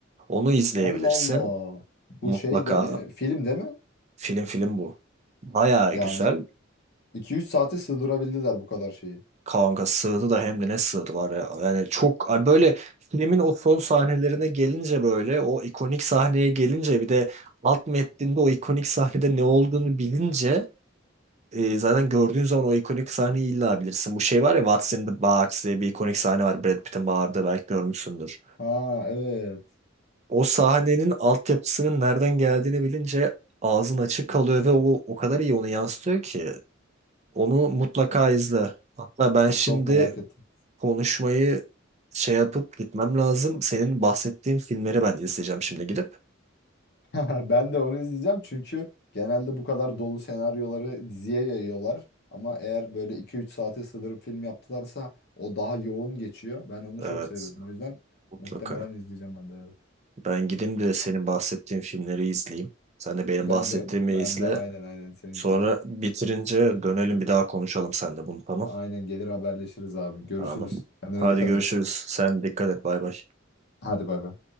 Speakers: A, on the right; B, on the left.
A: Onu izleyebilirsin
B: Allah Allah. Bu
A: mutlaka
B: şey değil mi? Film değil mi?
A: film film bu. Bayağı
B: Yani
A: güzel.
B: 2-3 saate sığdırabildiler bu kadar şeyi.
A: Kanka sığdı da hem de ne sığdı var ya. Yani çok hani böyle filmin o son sahnelerine gelince böyle o ikonik sahneye gelince bir de alt metninde o ikonik sahnede ne olduğunu bilince e, zaten gördüğün zaman o ikonik sahneyi illa bilirsin. Bu şey var ya What's in the Box diye bir ikonik sahne var. Brad Pitt'in bağırdığı belki görmüşsündür.
B: Ha evet.
A: O sahnenin altyapısının nereden geldiğini bilince ağzın açık kalıyor ve o o kadar iyi onu yansıtıyor ki. Onu mutlaka izle. Hatta ben şimdi
B: Çok merak ettim.
A: konuşmayı şey yapıp gitmem lazım. Senin bahsettiğin filmleri ben izleyeceğim şimdi gidip.
B: <laughs> Ben de onu izleyeceğim çünkü genelde bu kadar dolu senaryoları diziye yayıyorlar. Ama eğer böyle iki üç saate sığdırıp film yaptılarsa o daha yoğun geçiyor. Ben onu
A: Evet,
B: çok seviyorum. O yüzden
A: mutlaka.
B: muhtemelen izleyeceğim ben de evet.
A: Ben gideyim de senin bahsettiğin filmleri izleyeyim. Sen de benim
B: Ben
A: bahsettiğimi
B: de ben
A: izle.
B: de aynen aynen seninkini.
A: Sonra bitirince dönelim bir daha konuşalım sen de bunu tamam.
B: Aynen gelir haberleşiriz abi. Görüşürüz.
A: Tamam.
B: Kendine
A: Hadi
B: dikkat
A: görüşürüz.
B: et.
A: Sen dikkat et bay bay.
B: Hadi bay bay.